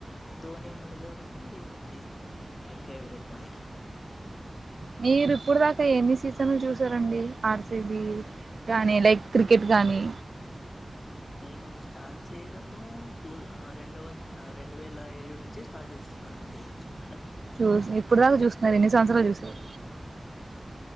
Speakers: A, on the left; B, on the right.
A: ధోని ఉన్నాడు కాబట్టి ఏం లేదు అది ఫేవరెట్ వాళ్ళకి
B: మీరు ఇప్పుడు దాకా ఎన్ని సీజన్లు చూసారండి ఆర్సిబి గాని లైక్ క్రికెట్ గానీ
A: నేను స్టార్ట్ చేయడము టూ రెండు వంద రెండు వేల ఏడు నుంచి స్టార్ట్ చేస్ నాండి చూడడం
B: చూసి ఇప్పుడు దాకా చూస్తార్ ఎన్ని సంవత్సరాలు చూసారు